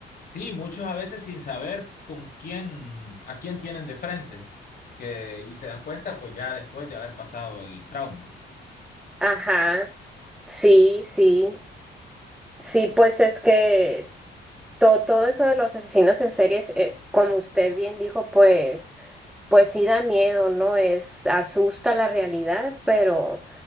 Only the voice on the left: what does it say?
Sí, muchos a veces sin saber con quién, a quién tienen de frente, que, y se dan cuenta pues ya después de haber pasado el trauma.